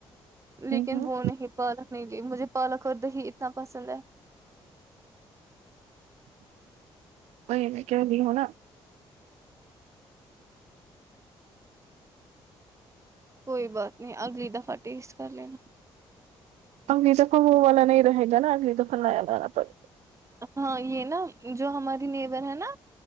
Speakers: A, on the right (about 80°); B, on the right (about 25°).
A: ہوں،
B: لیکن وہ نہیں پالک نہیں لی مجھے پالک اور دہی اتنا پسند ہے
A: وہی میں کہہ رہی ہوں نہ
B: کوئی بات نہیں اگلی دفہ ٹیسٹ کر لے
A: اگلی تو کو والا نہیں رہے گا نا اگلی تو فلایا والا پڑے
B: ہاں یہ نا جو ہماری نیبر ہے نا